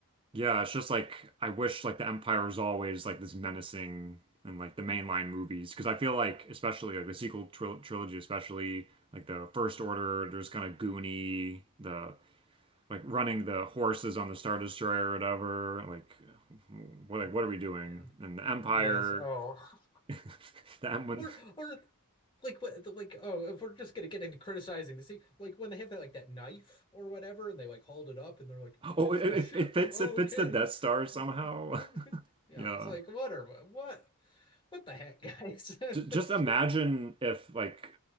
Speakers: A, on the right; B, on the left.
A: Yeah, it's just like I wish like the Empire was always like this menacing and like the mainline movies because I feel like especially like the sequel tril trilogy especially like the First Order there's kind of Goonie the like running the horses on the Star Destroyer or whatever like what
B: Oh,
A: like what are we doing
B: man.
A: and the Empire
B: Yes. Oh, <laughs>
A: <laughs> the M when
B: Or or like what like oh if we're just gonna get into criticizing the sea like when they have that like that knife or whatever and they like hauled it up and they're like
A: oh
B: it's
A: it, it
B: the ship
A: it fits
B: oh,
A: it fits
B: okay
A: the Death Star somehow
B: <laughs>
A: <laughs>
B: yeah
A: yeah
B: it's like what are what what the heck guys <laughs> this
A: J- just imagine if like,